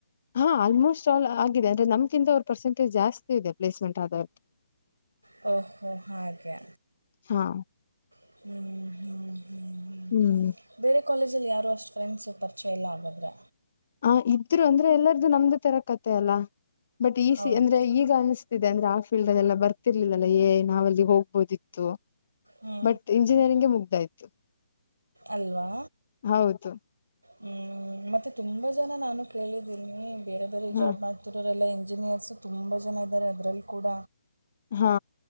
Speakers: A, on the left (about 50°); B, on the right (about 85°).
A: ಹಾ ಆಲ್ಮೋಸ್ಟ್ ಆಲ್ ಆಗಿದೆ ಅಂದ್ರೆ ನಮ್ತ ಅವರ್ ಪರ್ಸೆಂಟೇಜ್ಸ್ತಿ ಇದೆ ಪ್ಲೇಸ್ಮೆಂಟ್ ರ್್
B: ಹ ಹಾಗಗೆ
A: ಹಾ
B: ಹ್ಮ ಹ್ಮ ಹ್ಮ
A: ಹ್ಮ್
B: ಬೇರೆ ಕಾಲೇಜಲ್ಲಿ ಯಾರು ಅಷ್ಟು ಫ್ರೆಂಡ್ಸು ಪರಿಯಲ್ಲ ಆಗಿದ್ರೆ
A: ಹ ಇದ್ರು ಅಂದ್ರೆ ಎಲ್ಲಾರ್ದು ನಮ್ದು ತರ ಕತೆ ಅಲ್ಲ ಬಟ್ ಈ
B: ಹೌದು
A: ಸಿ ಅಂದ್ರೆ ಈಗ ಅನಿಸ್ತಿದೆ ಅಂದ್ರೆ ಆ ಫೀಲ್ಡ್ ಅದೆಲ್ಲ ಬರ್ತಿರ್ಲಿಲ್ಲಲ್ಲಾ ಏ ನಾವಲ್ಲಿ ಹೋಗ್ಬೋದಿತ್ತು
B: ಹ್ಞೂ
A: ಬಟ್ ಇಂಜಿನಿಯರಿಂಗಗೆ ಮುಗ್ದಾಯ್ತು
B: ಅಲ್ವಾ
A: ಹೌದು
B: ಹ್ಮ್ ಮತ್ತೆ ತುಂಬಾ ಜನ ನಾನು ಕೇಳಿದ್ದೀನಿ ಬೇರೆದ್ರ
A: ಹಾ
B: ಜಾಬ್ ಮಾಡ್ನಿ ಮಿತ್ತೂರರೆಲ್ಲ ಇಂಜಿನಿಯರ್ಸು ತುಂಬ ಜನ ಇದ್ದಾರೆ ಅದರಲ್ಲಿ ಕೂಡ
A: ಹಾ